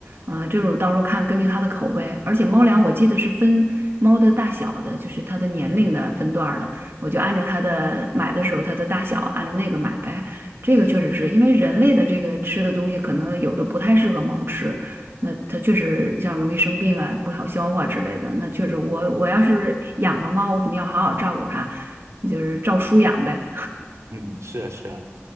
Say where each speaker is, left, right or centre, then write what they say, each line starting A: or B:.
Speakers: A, on the right; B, on the right.
A: 嗯、这种到时候看根据它的口味，而且猫粮我记得是分猫的大小的，就是它的年龄的分段儿的，我就按照它的买的时候它的大小按照那个买呗。这个确实是因为人类的这个吃的东西，可能有的不太适合猫吃，那它确实像容易生病啊、不好消化之类的。那确实我，我要是养个猫，我肯定要好好照顾它，就是照书养呗。
B: 嗯，是啊，是啊。